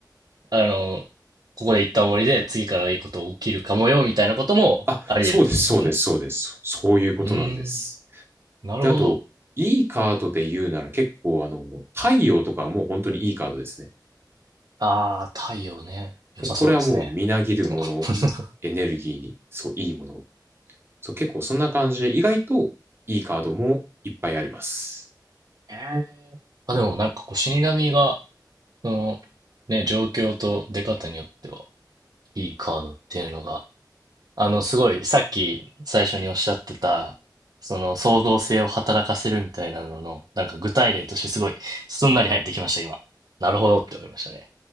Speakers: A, on the right; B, on the right.
A: あの、ここで一旦終わりで次からはいいこと起きるかもよみたいなこともあり得るってことですよね。
B: あ、そうです、そうです、そうです。そういうことなんです。
A: うーん、なるほど。
B: で、あと、いいカードで言うなら結構あの、太陽とかはもう本当にいいカードですね。
A: ああ、太陽ね。良さそうですね。
B: これはもうみなぎるもの、
A: でも <laughs>
B: エネルギーに、そう、いいもの。そう、結構そんな感じで、意外といいカードもいっぱいあります。
A: ええ。あ、でもなんかこう死神が、その、ね、状況と出方によっては、いいカードっていうのが、あの、すごい、さっき最初におっしゃってた、その創造性を働かせるみたいなのの、なんか具体例としてすごい、すんなり入ってきました、今。なるほどって思いましたね。